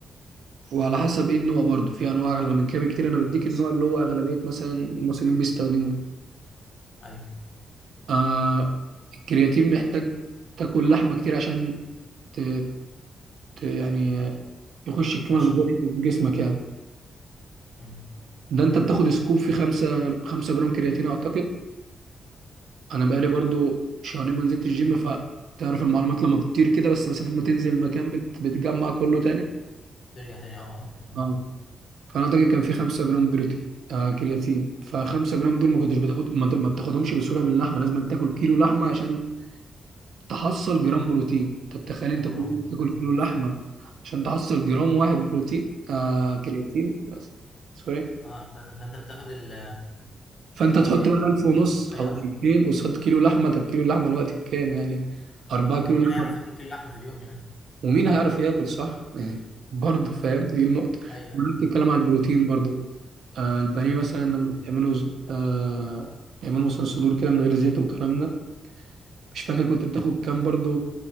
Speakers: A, on the right; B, on the left.
A: وعلى حسب ايه النوع برضه في انواع اغلى من كده بكتير انا بديك النوع اللي هو اغلبيه مثلا المصريين بيستخدموه
B: ايوه
A: آه الكرياتين محتاج تاكل لحمه كتير عشان ت... ت... يعني يخش الكمال
B: تنشطه
A: الغذائي في جسمك يعني
B: مم.
A: ده انت بتاخد سكوب في 5 5 جرام كرياتين اعتقد انا بقالي برضو شهرين ما نزلت الجيم فتعرف المعلومات لما بتطير كده بس مسافه ما تنزل المكان بت... بتجمع كله تاني
B: ترجع تاني اه آه.
A: اه فانا اعتقد كان في 5 جرام بروتين آه كرياتين ف 5 جرام دول ما كنتش بتاخد ما, ما بتاخدهمش بسهوله من اللحمه لازم تاكل كيلو لحمه عشان تحصل جرام بروتين طب تخيل انت
B: يا نهار
A: كل يوم
B: ابيض
A: تاكل
B: <laughs>
A: كيلو لحمه عشان تحصل جرام واحد بروتين آه كرياتين بس. سوري
B: اه ف- فانت بتاخد ال
A: فانت تحط
B: ال-
A: بقى 1000
B: ال-
A: ونص
B: الفايدة
A: او
B: على طول
A: 2000 قصاد كيلو لحمه طب كيلو اللحمه الوقت بكام يعني 4 كيلو
B: ومين
A: لحمه
B: هيعرف ياكل كيلو لحمة في اليوم يعني
A: ومين هيعرف ياكل صح يعني
B: <laughs>
A: برضه فاهم دي النقطة
B: ايوه
A: وأنا بتتكلم على البروتين برضه آه البانيه مثلا لما
B: مم.
A: بتعمله ز- آه تعمله مثلا صدور كده من غير زيت والكلام ده مش فاكر كنت بتاخد كام برضه